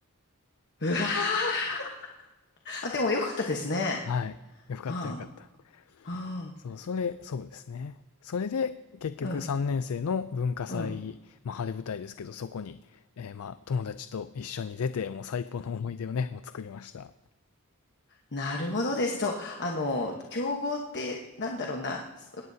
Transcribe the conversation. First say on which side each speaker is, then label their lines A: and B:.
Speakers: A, on the left; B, on the left.
A: うわあ。あ、でもよかったですね。
B: はい。よかったよかった。
A: はあ。
B: そう、それ、そうですね。それで、結局3年生の文化祭、
A: うん。うん。うん。
B: まあ、晴れ舞台ですけど、そこに、えーまあ、友達と一緒に出て、もう最高の思い出をね、もう作りました。
A: なるほどです。そう、あの、競合って、なんだろうな、す